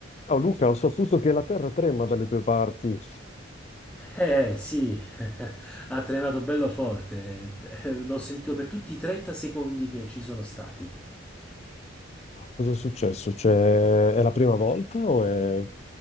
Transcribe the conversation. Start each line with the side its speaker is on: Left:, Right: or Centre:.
Left: Ciao Luca, ho saputo che la terra trema dalle tue parti.
Centre: Eh sì, <laughs> ha tremato bello forte, Eh, l'ho sentito per tutti i 30 secondi che ci sono stati.
Left: Ma cosa è successo? Cioè, è la prima volta o è,